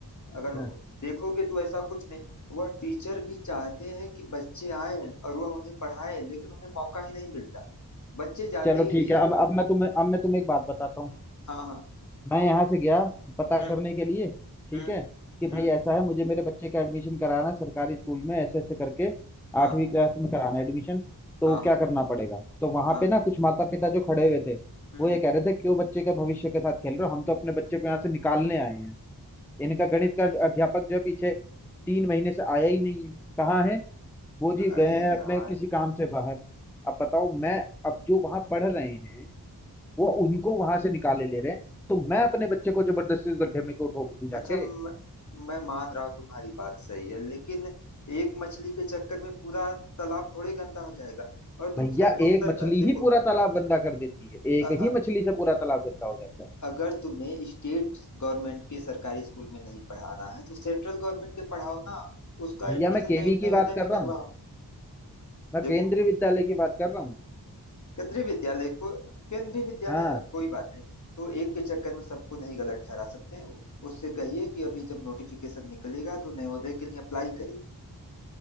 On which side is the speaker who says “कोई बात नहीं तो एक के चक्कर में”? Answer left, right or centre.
Left